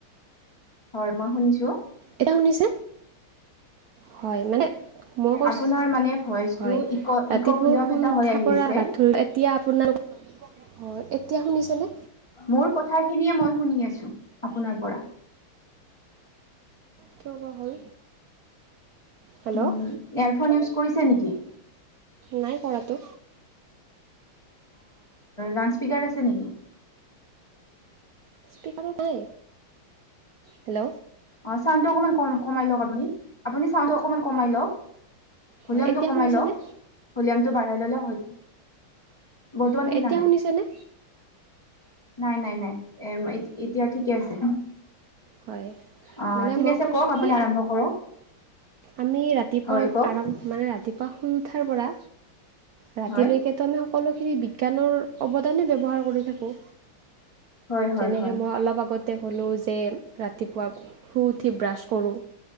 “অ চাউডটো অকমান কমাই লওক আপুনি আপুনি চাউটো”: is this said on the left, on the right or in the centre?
Left